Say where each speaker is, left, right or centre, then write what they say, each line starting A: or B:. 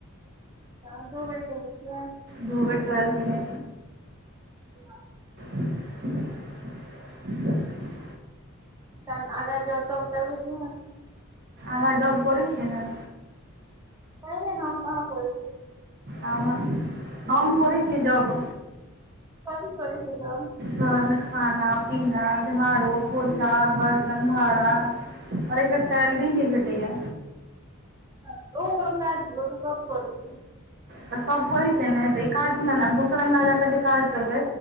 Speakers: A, on the right; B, on the right.
A: अच्छा दू बेर केने छियै
B: दू बेर ट्वेल्थ केने छी
A: अच्छा
B: <inaudible>
A: तहन आगां जौब तौब करबै कि नय
B: आगाॅं जॉब करै छियै ने
A: पाइने हम कहाँ खरै छियै
B: आ हम हम करै छीयै जाॅब
A: कथी करय छियै जाॅब
B: घर मे खाना, पीना, झाड़ू, पोछा, बर्तन भारा खाली एकर सैलरी नय भेटै या
A: अच्छा ओहो कोनो काज भेलै ओ तऽ सब करै छै।
B: तऽ सब करै छै ने तऽ ई काज ले ने दोसर अंगना जाकऽ जे काज करबै